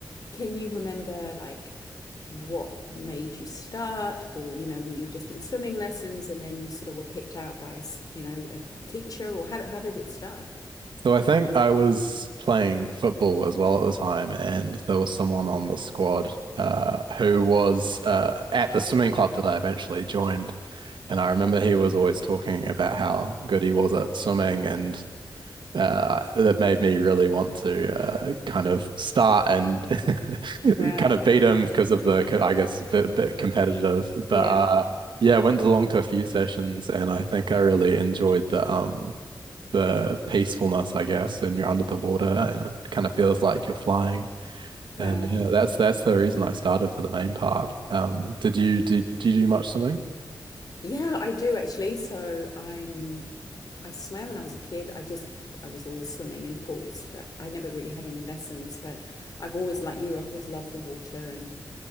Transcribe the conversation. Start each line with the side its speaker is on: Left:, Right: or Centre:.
Left: Can you remember, like, what made you start? Or, you know, were you just in swimming lessons and then you sort of were picked out by a, s- you know, a teacher? Or how, did- how did it start?
Right: So I think I was playing football as well at the time, and there was someone on the squad uh, who was uh, at the swimming club that I eventually joined. And I remember he was always talking about how good he was at swimming, and uh, that made me really want to uh, kind of start and <laughs>
Left: Wow.
Right: kind of beat him because of the, I guess, a bit, bit competitive. But
Left: Yeah.
Right: uh, yeah, I went along to a few sessions, and I think I really enjoyed the um the peacefulness, I guess, and you're under the water and it kind of feels like you're flying.
Left: Wow.
Right: And yeah, that's that's the reason I started for the main part. Um, did you did, did you do much swimming?
Left: Yeah, I do actually. So I'm, I swam when I was a kid. I just, I was always swimming in pools, but I never really had any lessons. But I've always, like you, I've always loved the water and